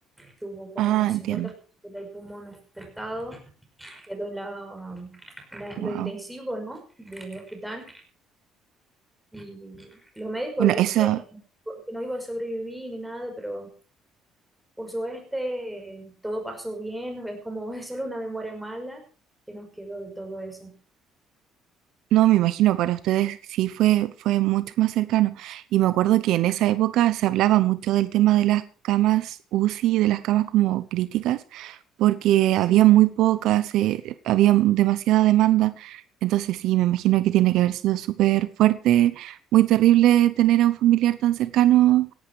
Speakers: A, in the centre; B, on the right.
A: tuvo como
B: Ah,
A: cincuenta
B: entiendo.
A: por ciento del pulmón afectado, quedó en la, um, la-
B: Wow.
A: lo intensivo, ¿no? Del hospital y los médicos
B: Bueno,
A: decían
B: eso.
A: que, no, que no iba a sobrevivir ni nada, pero por suerte todo pasó bien, es como <laughs> es solo una memoria mala que nos quedó de todo eso.
B: No, me imagino, para ustedes sí fue, fue mucho más cercano. Y me acuerdo que en esa época se hablaba mucho del tema de las camas UCI, de las camas como críticas, porque
A: Sí,
B: había muy pocas, eh, había demasiada demanda. Entonces sí, me imagino que tiene que haber sido súper fuerte, muy terrible tener a un familiar tan cercano